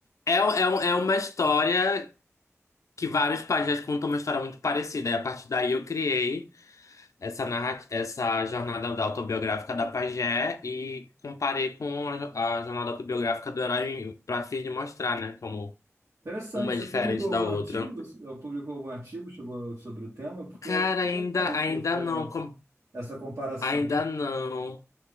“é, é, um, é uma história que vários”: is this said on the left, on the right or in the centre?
Left